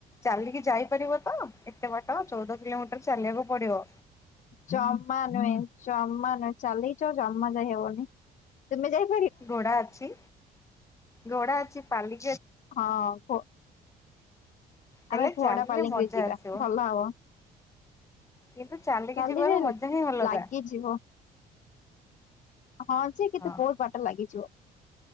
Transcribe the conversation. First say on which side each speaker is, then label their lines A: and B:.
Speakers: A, on the left (about 15°); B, on the left (about 45°).
A: ଚାଲିକି ଯାଇପାରିବ ତ ଏତେ ବାଟ ଚଉଦ କିଲୋମିଟର ଚାଲିବାକୁ ପଡିବ।
B: ଜମା ନୁହେଁ, ଜମା ନୁହେଁ ଚାଲିକି ତ ଜମା ଯାଇ ହେବନି ତୁମେ ଯାଇ
A: ଘୋଡା ଅଛି ଘୋଡା ଅଛି ପାଲି
B: ହଁ କ
A: ହେଲେ
B: ଆମେ ଘୋଡା
A: ଚାଲିଲେ
B: ପାଲିଙ୍କିରେ
A: ମଜା
B: ଯିବା
A: ଆସିବ।
B: ଭଲ ହବ।
A: କିନ୍ତୁ ଚାଲିକି
B: ଚାଲିଲେ,
A: ଯିବାର ମଜା ହିଁ ଅଲଗା
B: ଲାଗିଯିବ। ହଁ ଯେ କିନ୍ତୁ
A: ହଁ
B: ବହୁତ ବାଟ ଲାଗିଯିବ।